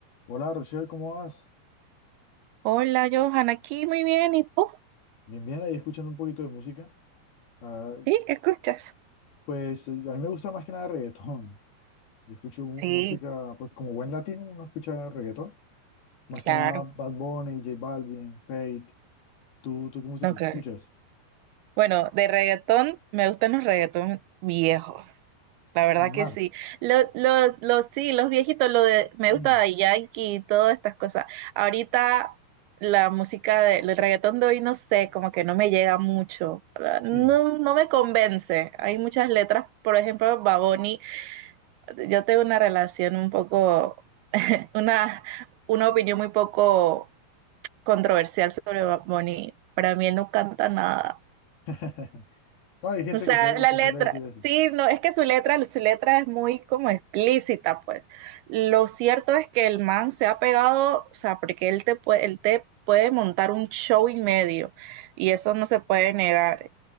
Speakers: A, on the left; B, on the right.
A: Hola Rochelle, ¿cómo vas?
B: Hola, Johan, aquí muy bien, ¿y tú?
A: Bien, bien, ahí escuchando un poquito de música. Ah,
B: ¿Sí? ¿Escuchas?
A: pues eh, a mí me gusta más que nada reggaetón. Yo escucho mu-
B: Sí,
A: música, pues como buen latino uno escucha reggaetón. Más que
B: claro.
A: nada Bad Bunny, J Balvin, Fate. ¿Tú, tú qué música
B: Ok.
A: escuchas?
B: Bueno, de reggaetón, me gustan los reggaetón viejos. La verdad
A: Bruno
B: que
A: Mars.
B: sí. Los, los, lo- sí, los viejitos, lo de, me
A: <clears throat>
B: gusta Daddy Yankee y todas estas cosas. Ahorita la música de, el reggaetón de hoy, no sé, como que no me llega mucho. Ah,
A: Sí.
B: No, no me convence. Hay muchas letras, por ejemplo, Baboni. Yo tengo una relación un poco <laughs> Una, una opinión muy poco controversial sobre Bad Bunny. Para mí él no canta nada.
A: <laughs> No, hay gente
B: O sea,
A: que suele,
B: la
A: que
B: letra,
A: suele decir eso.
B: sí, no, es que su letra, su letra es muy como explícita, pues. Lo cierto es que el man se ha pegado, o sea, porque él te puede, él te puede montar un show y medio, y eso no se puede negar.